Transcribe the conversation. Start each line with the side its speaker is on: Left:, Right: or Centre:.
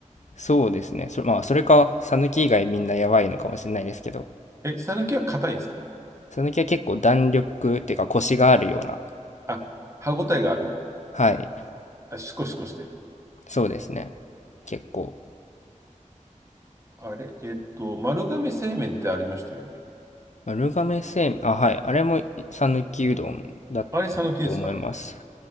Left: そうですね。それまあ、それか、ぬき以外みんなやばいのかもしれないですけど、
Right: え、讃岐は硬いんですか
Left: さぬきは結構弾力っていうか、コシがあるような、
Right: あ、歯ごたえがある
Left: はい、
Right: あ、シコシコしてる。
Left: そうですね。結構。
Right: あれ、えっと、丸亀製麺ってありましたよね。
Left: 丸亀製麺、あ、はい、あれもさぬきうどんだったと思います。
Right: あれ、讃岐ですか